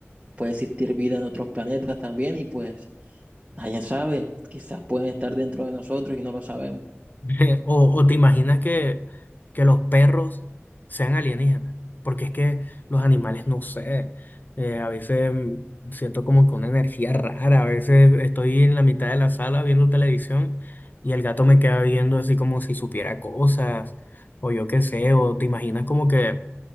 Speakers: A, on the right; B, on the left.
A: Puede existir vida en otros planetas también y pues Nadie sabe, quizás pueden estar dentro de nosotros y no lo sabemos.
B: <laughs> O, o te imaginas que, que los perros sean alienígenas, porque es que los animales, no sé, eh, a veces mm, siento como que una energía rara, a veces estoy en la mitad de la sala viendo televisión y el gato me queda viendo así como si supiera cosas, o yo qué sé, o te imaginas como que